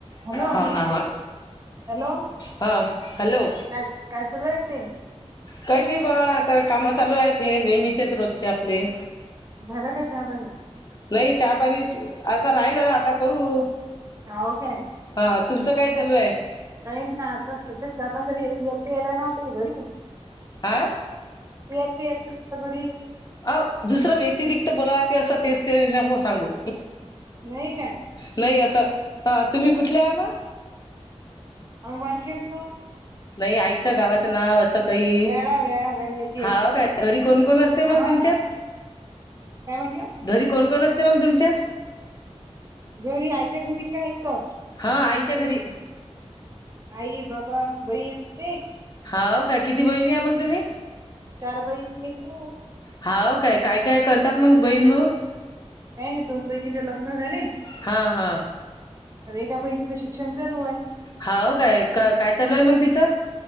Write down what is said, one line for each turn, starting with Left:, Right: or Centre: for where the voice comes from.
Right: Hello
Left: हाव ना व
Right: हॅलो
Left: हा हॅलो
Right: काय काय चालू आहे ताई
Left: काही नाही बा आता काम चालू आहेत हे नेहमीचेच रोजचे आपले
Right: झालं का चहा पाणी
Left: नाही चहा पाणीच आता राहिलं आता करू
Right: हाव काय
Left: हा तुमचं काय चालू आहे
Right: काय नाय हा कसला पण जरी <inaudible>
Left: हा
Right: मी एकटी येते तुझ्या घरी
Left: अ दुसरं व्यतिरिक्त बोलाय लागते असं तेच ते नको सांगू
Right: नाही काय
Left: नाही आता तुम्ही कुठल्या हाय व?
Right: <unintelligible> वारखेडच.
Left: नाही आईच्या गावाचं नाव असं काही,
Right: वेळा वेळा वेळाची
Left: हाव
Right: आहे
Left: काय? घरी कोण कोण असते मग
Right: हा
Left: तुमच्या?
Right: काय म्हटला?
Left: घरी कोण कोण असते मग तुमच्या?
Right: घरी, आईच्या घरी का? इथं?
Left: हा, आईच्या घरी.
Right: आई, बाबा, बहीण असते एक.
Left: हाव काय? किती बहिणी आहे मग तुम्ही?
Right: चार बहिणी एक भाऊ
Left: हाव काय? काय काय करतात मग बहिणी, भाऊ?
Right: काही नाही, दोन बहिणीचे लग्न झाले.
Left: हा हा.
Right: एका बहिणीचं शिक्षण चालूय.
Left: हाव काय? काय चालू आहे मग तिचं?